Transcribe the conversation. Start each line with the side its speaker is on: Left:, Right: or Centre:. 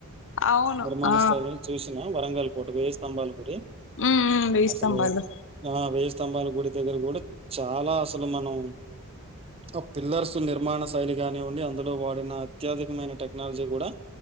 Left: అవును
Right: నిర్మాణ
Left: ఆ
Right: స్థాయిని చూసినా, వరంగల్ కోట వెయ్యి స్తంభాలు గుడి.
Left: మ్ ఊ వేయిస్తంబాలు.
Right: అసలు ఆ వెయ్యి స్తంభాల గుడి దగ్గర కూడా చాలా అసలు మనం ఆ పిల్లర్స్ నిర్మాణ శైలిగానీ యండి అందులో వాడిన అత్యాధునికమైన టెక్నాలజీ కూడా